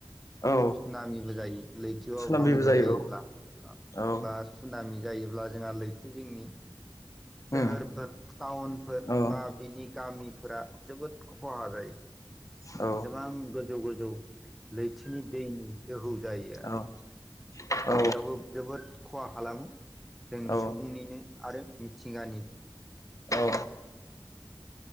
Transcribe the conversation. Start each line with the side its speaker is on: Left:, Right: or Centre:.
Left: औ
Centre: सुनामिबो जायो लैथोआव
Left: सुनाम
Centre: बांग्रिं
Left: बेबो जायो
Centre: जायोब्ला
Left: औ औ
Centre: बा सुनामि जायोब्ला जोंहा लैथो जिंनि सोहोरफोर
Left: उम
Centre: टाउनफोर
Left: औ
Centre: बा बिनि गामिफोरा। जोबोद खहा जायो। जेसेबां
Left: औ
Centre: गोजौ गोजौ लैथिनि दैनि दौहौ जायो आरो।
Left: औ औ
Centre: बेयावबो जोबोद खहा खालामो जों
Left: औ
Centre: सुबुंनिनो आरो। मिथिंगानि।
Left: औ।